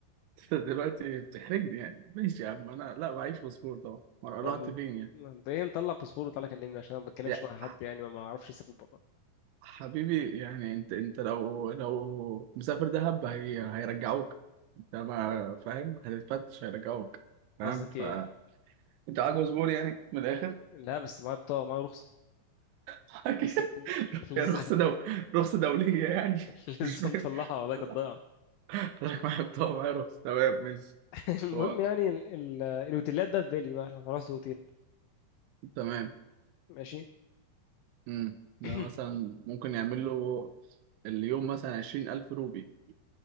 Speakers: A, on the right; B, on the left.
A: انت دلوقتي بتحرجني يعني ماشي يا عم انا لا معيش باسبور طبعا وانا
B: طب
A: رحت
B: ما-
A: فين يعني
B: ما- ده ايه نطلع باسبور وتعالى كلمني عشان انا ما بتكلمش
A: يا
B: مع حد
A: ح-
B: يعني ما ما اعرفش يسافر بره
A: حبيبي يعني انت انت لو لو مسافر دهب هي... هيرجعوك انت ما فاهم هتتفتش هيرجعوك فاهم
B: قصدك
A: فانت
B: ايه يعني
A: معاك باسبور يعني من الاخر
B: لا بس معايا بطاقه معايا رخصه
A: <laughs>
B: <laughs> لسه لسه
A: يا رخصة دو... رخصة دولية يعني
B: لسه
A: مش فاهم
B: مطلعها
A: <laughs>
B: والله كانت ضايعه
A: حضرتك معاك طبعا معايا رخصة تمام ماشي
B: <laughs> المهم
A: هو
B: يعني ال... ال... الاوتيلات ده في بالي بقى لو هنروح اوتيل
A: تمام
B: ماشي
A: امم ده
B: <clears throat>
A: مثلا ممكن يعمل له اليوم مثلا عشرين ألف روبي